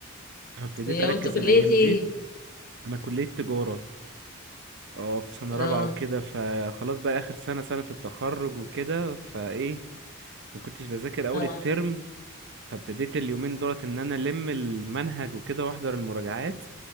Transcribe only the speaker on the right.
فابتديت
اركز
الايام
دي انا كليه تجاره اه في سنه رابعه
وكده فخلاص بقى اخر سنه سنه التخرج وكده فايه ما كنتش بذاكر اول
الترم فابتديت اليومين دولت ان انا الم المنهج وكده واحضر المراجعات